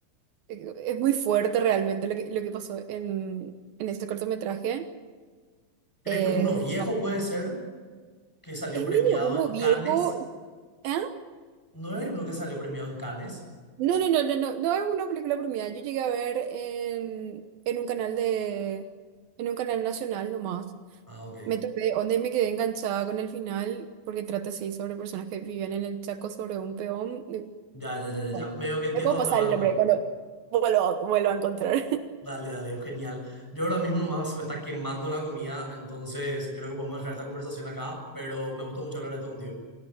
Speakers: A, on the right; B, in the centre.
A: eh, Es muy fuerte realmente lo que, lo que pasó en, en este cortometraje.
B: ¿Crees
A: Eh,
B: que es uno viejo,
A: no,
B: puede ser? que salió
A: Es
B: premiado
A: medio uno
B: en
A: viejo.
B: Cannes.
A: ¿Ah?
B: ¿No es lo que salió premiado en Cannes?
A: No, no, no, no, no. No es una película premiada. Yo llegué a ver en, en un canal de, en un canal nacional nomás.
B: Ah, ok.
A: Me topé, donde me quedé enganchada con el final, porque trata así sobre personas que viven en el Chaco sobre un peón. Y,
B: Ya, ya, ya, ya, ya.
A: Bueno,
B: Medio que entiendo
A: le puedo
B: a dónde
A: pasar
B: va
A: el
B: la mano.
A: nombre cuando vuelvo, vuelvo a encontrar. <laughs>
B: Dale, dale, genial. Yo ahora mismo nomás se me está quemando la comida, entonces creo que podemos dejar esta conversación acá, pero me gustó mucho hablar de esto contigo.